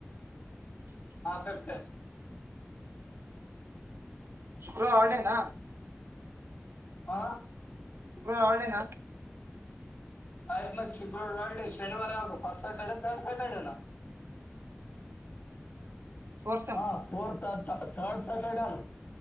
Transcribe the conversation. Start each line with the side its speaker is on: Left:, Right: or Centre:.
Left: <inaudible> ಹಾಕಿರ್ತೇನಿ
Right: ಶುಕ್ರವಾರ ಹಾಲಿಡೇ ನಾ
Left: ಹಾ
Right: ಶುಕ್ರವಾರ ಹಾಲಿಡೇ ನಾ.
Left: ಆಯ್ತ್ ಮತ್ ಶುಕ್ರವಾರ ಹಾಲಿಡೇ ಶನಿವಾರ ಯಾವ್ದ ಫಸ್ಟ್ ಸ್ಯಾಟರ್ಡೆ ಥರ್ಡ್ ಸ್ಯಾಟರ್ಡನ.
Right: ತೋರ್ಸಂ
Left: ಹಾ ಫೋರ್ಥ್ ಥರ್ಡ್ ಸಾಟರ್ಡೆ ಆದ